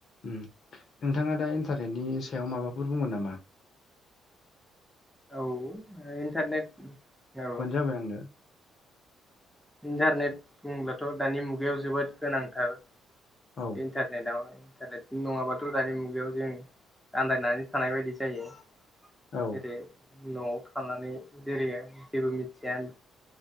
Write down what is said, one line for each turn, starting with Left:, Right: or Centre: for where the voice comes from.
Left: ओम। नोंथाङा दा इन्टारनेटनि सायाव माबाफोर बुङो नामा?
Centre: औ इन्टारनेट औ।
Left: होलाय आंनो।
Centre: इन्टारनेट बुंब्लाथ' दानि मुगायाव जोबोद गोनांथार।
Left: औ
Centre: इन्टारनेटाव इन्टारनेट नङाबाथ' दानि मुगायाव जों आन्दायनानै थानाय बायदि जायो।
Left: औ
Centre: गोदो न'आव थानानै जेरै जेबो मिथिया